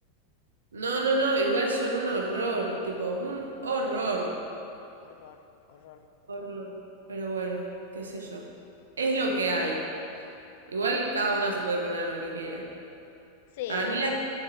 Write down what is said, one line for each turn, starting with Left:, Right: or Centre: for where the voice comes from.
Right: No, no, no, igual son un horror, tipo, un horror.
Left: Horror, horror.
Right: Horror. Pero bueno, qué sé yo. Es lo que hay. Igual cada uno se puede poner lo que quiera.
Left: Sí,
Right: Para mí
Left: al,
Right: la...